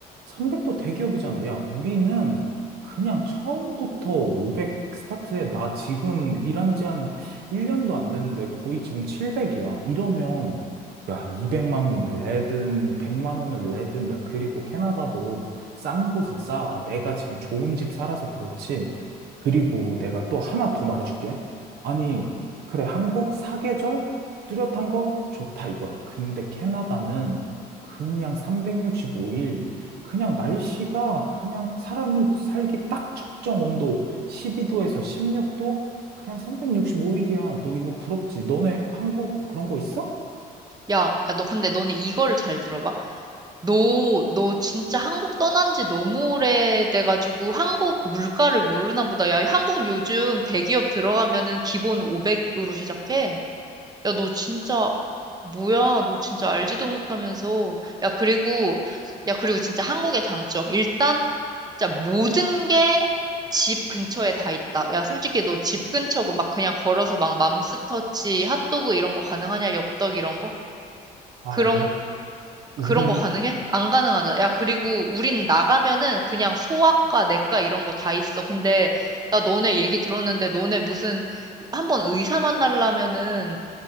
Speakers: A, on the right; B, on the right.
A: 300도 대기업이잖아. 야, 우리는 그냥 처음부터 500 스타트에 나 지금 일한 지한 1년도 안 됐는데 거의 지금 700이야. 이러면, 야, 200만 원을 내든, 100만 원을 내든, 야, 그리고 캐나다도 싼 곳은 싸. 내가 지금 좋은 집 살아서 그렇지. 그리고 내가 또 하나 더 말해줄게. 아니, 그래, 한국 사계절 뚜렷한 거 좋다 이거야. 근데 캐나다는 그냥 365일, 그냥 날씨가 그냥 사람이 살기 딱 적정 온도 12도에서 16도, 그냥 365일이야. 너 이거 부럽지? 너네 한국 그런 거 있어?
B: 야, 야, 너 근데 너는 이거를 잘 들어봐. 너, 너 진짜 한국 떠난 지 너무 오래돼가지고 한국 물가를 모르나 보다. 야, 한국 요즘 대기업 들어가면은 기본 500으로 시작해. 야, 너 진짜, 뭐야? 너 진짜 알지도 못하면서. 야, 그리고, 야, 그리고 진짜 한국의 장점. 일단, 진짜 모든 게 집 근처에 다 있다. 야, 솔직히 너 집 근처 막 그냥 걸어서 막 맘스터치, 핫도그 이런 거 가능하냐? 엽떡 이런 거?
A: 아,
B: 그런,
A: 우, 우린
B: 그런 거 가능해? 안 가능하잖아. 야, 그리고 우린 나가면은 그냥 소아과, 내과 이런 거 다 있어. 근데, 나 너네 얘기 들었는데, 너네 무슨, 한번 의사 만나려면은